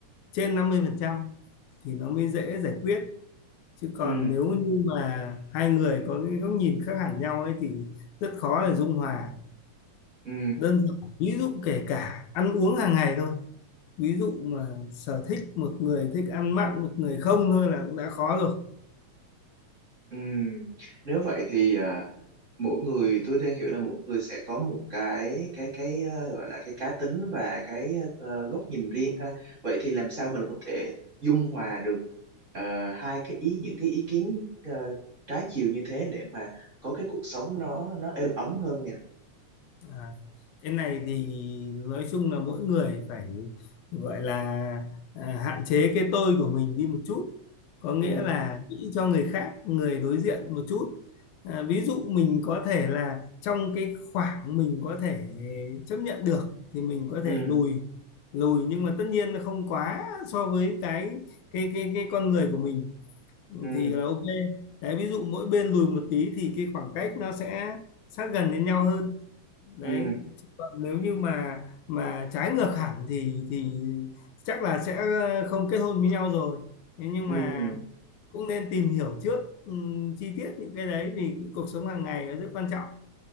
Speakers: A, on the left; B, on the right.
A: trên 50% thì nó mới dễ giải quyết chứ còn
B: ừ
A: nếu như mà hai người có cái góc nhìn khác hẳn nhau ấy thì rất khó để dung hòa
B: ừ
A: đơn giản ví dụ kể cả ăn uống hàng ngày thôi ví dụ mà sở thích một người thích ăn mặn một người không thôi là cũng đã khó rồi
B: ừ nếu vậy thì à, mỗi người tôi đang hiểu là mỗi người sẽ có một cái cái cái ờ, gọi là cái cá tính và cái ờ, góc nhìn riêng ha vậy thì làm sao mình có thể dung hòa được ờ, hai cái ý những cái ý kiến ờ, trái chiều như thế để mà có cái cuộc sống nó nó êm ấm hơn nhỉ?
A: À, cái này thì nói chung là mỗi người phải gọi là à, hạn chế cái tôi của mình đi một chút có nghĩa
B: ừ
A: là nghĩ cho người khác người đối diện một chút à, ví dụ mình có thể là trong cái khoảng mình có thể chấp nhận được thì mình có
B: ừ
A: thể lùi lùi nhưng mà tất nhiên là không quá so với cái cái cái cái con người của mình
B: ừ
A: thì là ok đấy ví dụ mỗi bên lùi một tí thì cái khoảng cách nó sẽ sát gần đến nhau hơn đấy
B: ừ
A: Chứ còn nếu như mà mà trái ngược hẳn thì thì chắc là sẽ ờ, không kết hôn với nhau rồi thế nhưng
B: ừ
A: mà cũng nên tìm hiểu trước ừm, chi tiết những cái đấy vì cuộc sống hàng ngày nó rất quan trọng